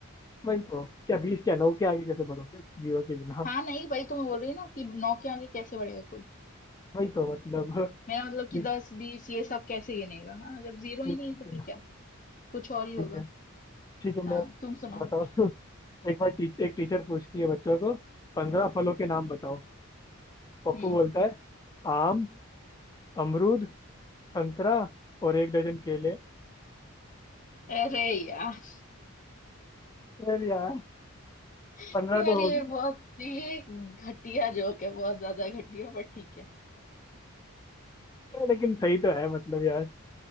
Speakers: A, on the left; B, on the left.
A: वही तो क्या बीस क्या नौ के आगे कैसे बोलोगे जीरो के बिना हाँ,
B: हाँ नहीं वही तो मैं बोल रही हूँ ना कि नौ के आगे कैसे बढ़ेगा कोई
A: वही तो मतलब <laughs>
B: मेरा मतलब कि
A: ठीक
B: दस
A: है
B: बीस ये सब कैसे गिनेगा हाँ जब जीरो
A: ठीक
B: ही नहीं है
A: है
B: तो
A: चलो,
B: फिर क्या कुछ और ही होगा
A: ठीक है ठीक है मैं
B: हाँ तुम सुनाओ
A: सुनाता
B: कुछ
A: हूँ <laughs> एक बार टी, एक टीचर पूछती है बच्चों को पंद्रह फलों के नाम बताओ पप्पू
B: हम्म
A: बोलता है आम अमरूद संतरा और एक डजन केले
B: अरे यार
A: चल यार
B: <laughs>
A: पंद्रह
B: यार
A: तो
B: ये
A: हो
B: बहुत ये घटिया जोक है बहुत ज्यादा घटिया पर ठीक है
A: गए लेकिन सही तो है मतलब यार